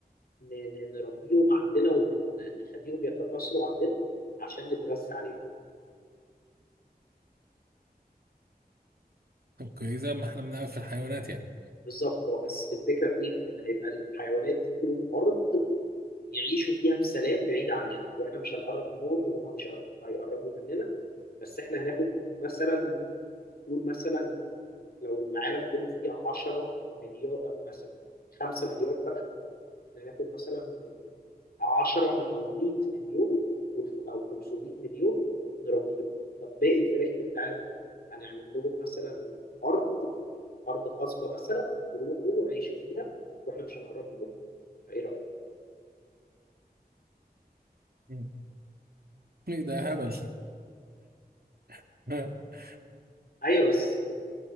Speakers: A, on the left; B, on the right.
A: ن- ن- نربيهم عندنا ونخليهم يتكاثروا عندنا عشان نتغذى عليهم
B: اوكي زي ما احنا بنعمل في الحيوانات يعني
A: بالظبط اه بس الفكره في ايه؟ ان هيبقى الحيوانات دي لهم ارض يعيشوا فيها بسلام بعيد عننا واحنا مش هنقرب منهم وهم مش هيقر- هيقربوا مننا بس احنا هناخد مثلا قول مثلا لو العالم كله فيه 10 مليار مثلا 5 مليار فرخه احنا هناخد مثلا 10 م- او 100 مليون والخ- او 500 مليون نربيهم طب باقي الفراخ اللي في العالم هنعمل لهم مثلا ارض ارض خصبه مثلا روحوا عيشوا فيها واحنا مش هنقرب منكم فايه رايك
B: مم. ايه ده هبل <laughs>
A: ايوه بس ال-